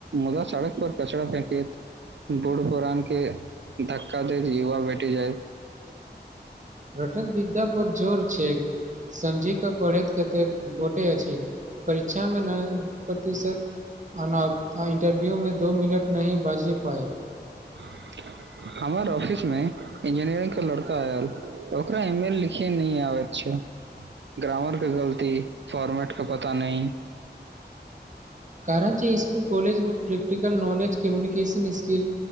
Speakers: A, on the right; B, on the right.
A: मुदा सड़क पर कचड़ा फेकेैत बूढ़ पुरान के धक्का दैत युवा भेटी जाइ
B: रतन विद्या पर जोर छै समझे कऽ पढ़ैत कतेक गोटे अछि परीक्षामे न प्रतिशत एना इन्टरव्यू मे दो मिनट नहि बाजी पाए
A: <inaudible> हमर ऑफिस मे इंजीनियरिंग के लड़का आयल ओकरा ईमेल लिखे नहि आबैत छै ग्रामर के गलती फॉर्मेट का पता नै
B: कारण जे स्कूल कॉलेजमे practical knowledge communication skill